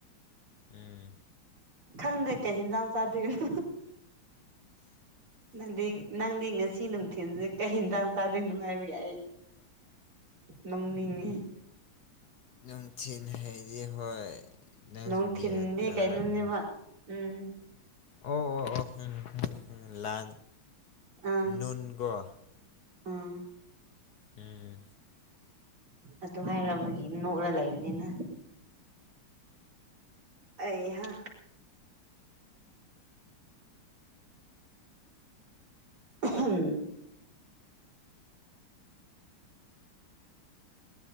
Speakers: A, on the left; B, on the right.
A: ꯎꯝ
B: ꯈꯪꯗꯦ ꯀꯦ ꯏꯟꯖꯥꯡ ꯆꯗꯅ
A: <unintelligible>
B: ꯅꯪꯗꯤ ꯅꯪꯗꯤ ꯉꯁꯤ ꯅꯨꯡꯊꯤꯟꯜꯁꯦ ꯀꯩ ꯍꯟꯗꯥꯡ ꯆꯥꯗꯣꯏꯅꯣꯉꯥꯏꯕꯒꯦ ꯑꯩ ꯅꯪꯅꯤꯡꯉꯤ
A: ꯅꯨꯡꯊꯤꯅ ꯍꯥꯏꯩꯗꯤ ꯍꯣꯏ ꯅꯪꯁꯨ
B: ꯅꯨꯡꯊꯤꯟꯗꯤ
A: ꯒ꯭ꯌꯥꯟꯇ
B: ꯀꯩꯅꯣꯅꯦꯕ
A: ꯑꯔꯝ
B: ꯎꯝ
A: ꯑꯣ ꯑꯣ ꯑꯣꯪꯉ ꯂꯥꯟ
B: ꯑꯥ
A: ꯅꯟꯒꯣ
B: ꯑꯥ
A: ꯎꯝ
B: ꯑꯗꯨ ꯍꯥꯏꯔꯕꯒꯤ ꯅꯣꯛꯂ ꯂꯩꯕꯅꯤꯅ ꯑꯩꯍꯥ ꯍꯪ